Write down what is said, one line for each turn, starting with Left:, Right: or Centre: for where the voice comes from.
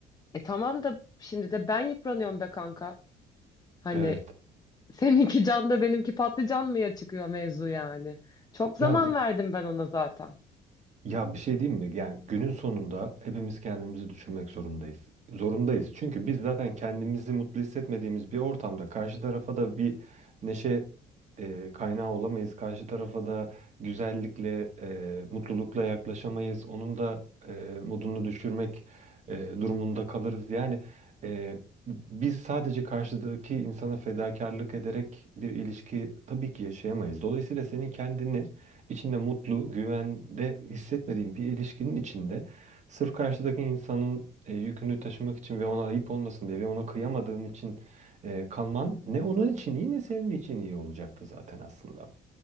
Left: E tamam da şimdi de ben yıpranıyorum be kanka. Hani
Right: Evet.
Left: <laughs> seninki can da benimki patlıcan mıya çıkıyor mevzu yani. Çok zaman
Right: Ya
Left: verdim ben ona zaten.
Right: Ya bir şey diyeyim mi? Yani günün sonunda hepimiz kendimizi düşünmek zorundayız. Zorundayız. Çünkü biz zaten kendimizi mutlu hissetmediğimiz bir ortamda karşı tarafa da bir neşe e, kaynağı olamayız. Karşı tarafa da güzellikle, e, mutlulukla yaklaşamayız. Onun da e, modunu düşürmek e, durumunda kalırız. Yani e, biz sadece karşıdaki insana fedakarlık ederek bir ilişki tabii ki yaşayamayız. Dolayısıyla senin kendini içinde mutlu, güvende hissetmediğin bir ilişkinin içinde sırf karşıdaki insanın e, yükünü taşımak için ve ona ayıp olmasın diye ve ona kıyamadığın için e, kalman ne onun için iyi ne senin için iyi olacaktı zaten aslında.